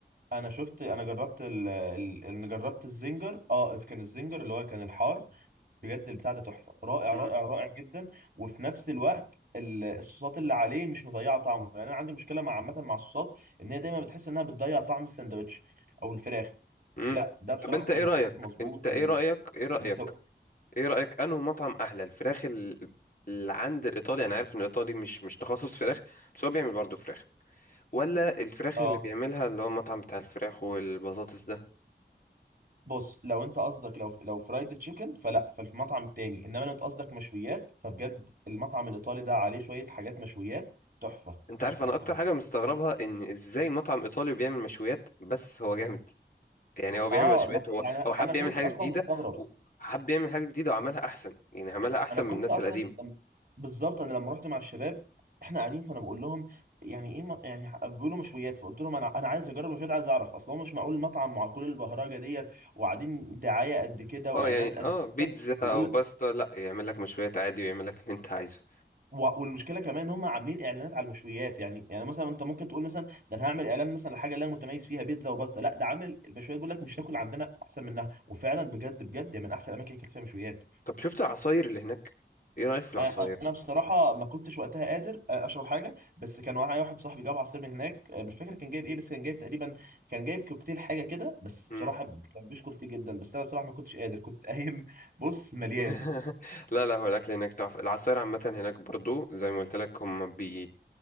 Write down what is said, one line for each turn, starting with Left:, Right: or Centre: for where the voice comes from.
Right: انا شفت انا جربت ال... ال... انا جربت الزنجر اه إذ كان الزنجر اللي هو كان الحار بجد البتاع ده تحفه رائع
Left: مم.
Right: رائع رائع جدا وفي نفس الوقت ال- الصوصات اللي عليه مش مضيعه طعمه يعني انا عندي مشكله مع عامه مع الصوصات ان هي دايما بتحس انها بتضيع طعم الساندوتش او الفراخ
Left: مم.
Right: لا ده بصراحه
Left: طب انت
Right: كان
Left: ايه
Right: الصوص
Left: رايك
Right: مظبوط
Left: انت ايه
Right: و
Left: رايك ايه رايك
Right: ومت-
Left: ايه رأيك انه مطعم احلى الفراخ ال- اللي عند الايطالي انا عارف ان الايطالي مش مش تخصص فراخ بس هو بيعمل برضه فراخ ولا الفراخ
Right: اه
Left: اللي بيعملها اللي هو المطعم بتاع الفراخ والبطاطس ده
Right: بص لو انت قصدك لو لو فرايد تشيكن فلا ففي المطعم التاني انما لو انت قصدك مشويات فبجد المطعم الايطالي ده عليه شويه حاجات مشويات تحفه
Left: انت
Right: تحفه
Left: عارف انا
Right: تحفه
Left: اكتر حاجة مستغربها ان ازاي مطعم ايطالي بيعمل مشويات بس هو جامد يعني هو بيعمل
Right: اه
Left: مشويات
Right: لا
Left: هو
Right: يعني
Left: هو حب
Right: انا كنت
Left: يعمل حاجة
Right: اصلا
Left: جديدة
Right: مستغرب
Left: وحب يعمل حاجة جديدة وعملها احسن يعني عملها احسن
Right: انا كنت
Left: من الناس
Right: اصلا
Left: القديمة
Right: لم- بالظبط انا لما رحت مع الشباب احنا قاعدين فانا بقول لهم يعني ايه م- يعني ح- بيقولوا مشويات فقلت لهم انا انا عايز اجرب مشويات عايز اعرف اصل هو مش معقول مطعم مع كل البهرجه ديت وقاعدين دعايه قد
Left: <laughs>
Right: كده
Left: اه
Right: واعلانات
Left: يعني
Right: قد
Left: اه بيتزا
Right: كده ويقول
Left: او
Right: لك
Left: باستا لا يعمل لك مشويات عادي ويعمل لك اللي انت عايزه
Right: و- والمشكله كمان ان هم عاملين اعلانات على المشويات يعني يعني مثلا انت ممكن تقول مثلا ده انا هعمل اعلان مثلا لحاجه اللي انا متميز فيها بيتزا وبس لا ده عامل المشويات بيقول لك مش تاكل عندنا احسن منها وفعلا بجد بجد يعني من احسن الاماكن اللي اكلت فيها مشويات
Left: طب شفت العصاير اللي هناك ايه رأيك في العصاير
Right: آه، انا بصراحه ما كنتش وقتها قادر آه، اشرب حاجه بس كان معايا واحد صاحبي جاب عصير من هناك آه، مش فاكر كان جايب ايه بس كان جايب تقريبا كان جايب كوكتيل حاجه كده بس بصراحه
Left: مم.
Right: كان بيشكر فيه جدا بس انا بصراحه ما كنتش قادر كنت <laughs> قايم بص مليان
Left: <laughs> لا لا هو الاكل هناك تحفه العصاير عامه هناك برضو زي ما قلت لك هم بي...